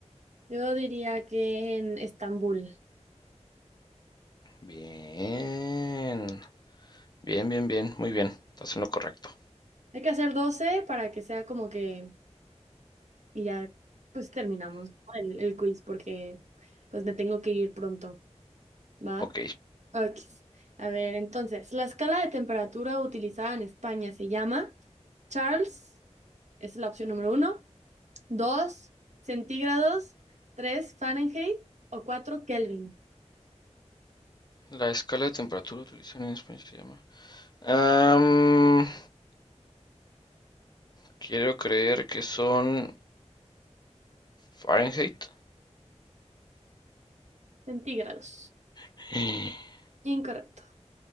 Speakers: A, on the right; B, on the left.
A: Yo diría que en Estambul.
B: Bien, bien, bien, bien, muy bien, estás en lo correcto.
A: Hay que hacer 12 para que sea como que... Y ya, pues terminamos, ¿no? el, el quiz porque pues me tengo que ir pronto. ¿Va?
B: Ok,
A: Ok. A ver, entonces, la escala de temperatura utilizada en España se llama Charles, esa es la opción número uno. dos centígrados, tres Fahrenheit o cuatro Kelvin.
B: La escala de temperatura utilizada en España se llama. Am, quiero creer que son Fahrenheit.
A: Centígrados.
B: <gasps>
A: Incorrecto.